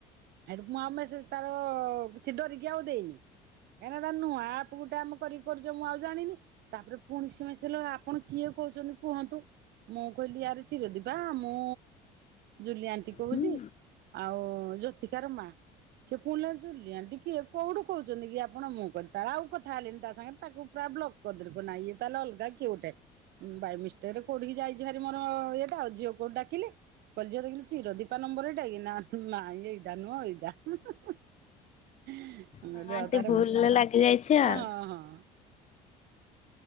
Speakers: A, on the right (about 70°); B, on the left (about 40°).
A: ଏଠୁ ମୁଁ ଆଉ ମେସେଜ ତାର କିଛି ଡରିକି ଆଉ ଦେଇନି। କାହିଁକିନା ଏଇଟା ନୂଆ ଆପ ଗୋଟେ ଆମେ କରିକି କରୁଚେ ମୁଁ ଆଉ ଜାଣିନି ତାପରେ ପୁଣି ସିଏ ମେସେଜ ଲା ଆପଣ କିଏ କହୁଚନ୍ତି କୁହନ୍ତୁ ମୁଁ କହିଲି ୟାରେ ଚିରଦୀପା ମୁଁ ଜୁଲି ଆ ଣ୍ଟି କହୁଚି
B: ହୁଁ।
A: ଆଉ ଜ୍ୟୋତିକା ର ମାଆ। ସେ ପୁଣି ଲା ଜୁଲି ଆଣ୍ଟି କିଏ କୋଉଠୁ କହୁଚନ୍ତି କି ଆପଣ ମୁଁ କହିଲି ତାରେ ଆଉ କଥା ହେଲିନି ତା ସାଙ୍ଗେରେ ତାକୁ ପୁରା ବ୍ଲକ କରିଦେଲି ମୁଁ କହିଲି ନାଇଁ ଇଏ ତାହେଲେ ଅଲଗା କିଏ ଗୋଟେ। ଉଁ ବାଇ ମିଷ୍ଟେକ ରେ କୋଉଠିକି ଯାଇଚି ଭାରି ମୋର ଇଏଟା ଆଉ ଝିଅ କୁ ଡାକିଲି। କଇଲି ଝିଅ ଦେଖିଲୁ ଚୀରଦୀପା ନମ୍ବର ଏଇଟା କି ନା ନାଇଁ ଏଇଟା ନୁଅଁ ଏଇଟା ହୁଁ ହୁଁ ହୁଁ। ମୁଁ କହିଲି
B: ହଁ ଆଣ୍ଟି
A: ହଉ ତାହେଲେ
B: ଭୁଲରେ
A: ମୁଁ
B: ଲାଗି ଯାଇଛି ଆଉ
A: ଆ ହଁ ହଁ।